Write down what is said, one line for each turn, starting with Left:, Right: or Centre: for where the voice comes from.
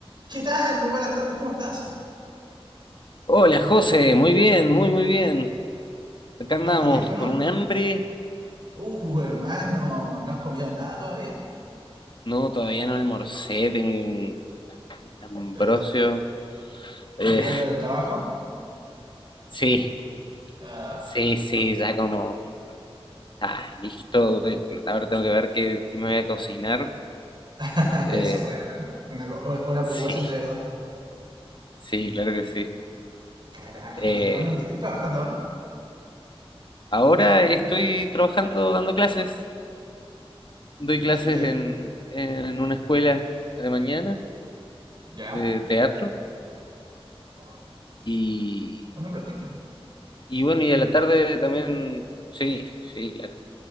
Right: ¿Qué tal? Muy buenas tardes, ¿cómo estás?
Left: Hola José, muy bien, muy muy bien. Acá andamos
Right: Tanto tiempo, ¿no?
Left: con un hambre.
Right: Uh, hermano, ¿no has comido nada todavía?
Left: No, todavía no almorcé, tengo un ambrosio.
Right: Ugh,
Left: Eh,
Right: Llegando del trabajo.
Left: <laughs> sí,
Right: Ugh,
Left: sí, sí, ya como, ah, listo. Ahora tengo que ver qué, qué me voy a cocinar.
Right: <laughs>
Left: Eh,
Right: eso es real, ¿eh? Una, co- una preocupación
Left: sí,
Right: de verdad.
Left: sí, claro que sí.
Right: Carajo,
Left: Eh,
Right: hermano, ¿en qué estoy trabajando ahora?
Left: ahora estoy trabajando dando clases. Doy clases
Right: Haciendo de...
Left: en, en una escuela a la mañana
Right: ¿Ya?
Left: de teatro
Right: Oh,
Left: y...
Right: un hombre artístico.
Left: Y bueno, y a la tarde también, sí, sí, claro.